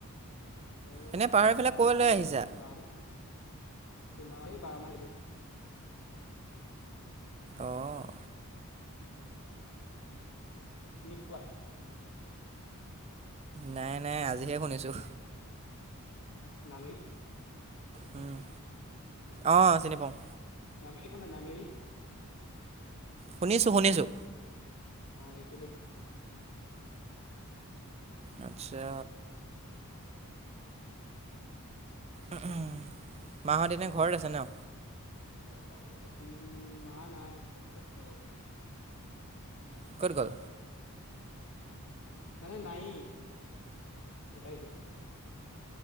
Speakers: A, on the left; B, on the right.
A: এ
B: এনে পাহৰি
A: আমাৰ
B: পেলাই ক'লৈ আহিছা?
A: গাঁৱ তোমাৰ এই বাৰ মাহৰি
B: আহ
A: চিনি পোৱা।
B: নাই নাই আজিহে শুনিছোঁ।
A: নমি
B: উম আহ চিনি পাওঁ।
A: নামেৰি শুনা নামেৰি।
B: শুনিছোঁ শুনিছোঁ।
A: অহ এইফালে
B: আচ্ছা
A: <unintelligible>
B: উম উম মাহত এনেই ঘৰত আছে ন
A: এই চোটকা হৈ গয়া উম! মা নাই এই চোটকা হৈ গৈয়া।
B: ক'ত গল।
A: মানে নাই, ঢুকাইছে।